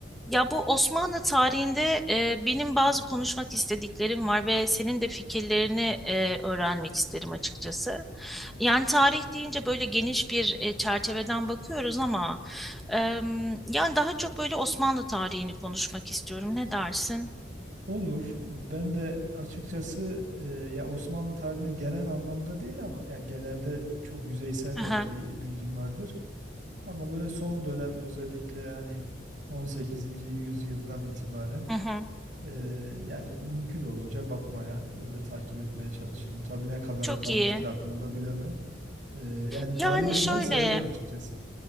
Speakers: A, in the centre; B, on the right.
A: Ya bu Osmanlı tarihinde e, benim bazı konuşmak istediklerim var ve senin de fikirlerini e, öğrenmek isterim açıkçası. Yani tarih deyince böyle geniş bir e, çerçeveden bakıyoruz ama e, yani daha çok böyle Osmanlı tarihini konuşmak istiyorum. Ne dersin?
B: Olur. Ben de açıkçası e, ya Osmanlı tarihine genel anlamda değil ama ya genelde çok yüzeysel
A: Aha,
B: belki bilgim vardır. Ama böyle son dönem özellikle hani 18. yüzyıldan itibaren
A: hı hı.
B: e, yani mümkün olunca bakmaya, öyle takip etmeye çalışırım. Tabii ne kadarı
A: Çok
B: kalmıştır
A: iyi.
B: aklımda bilemem. E, yani
A: Yani
B: tarih okumayı
A: şöyle.
B: severim açıkçası.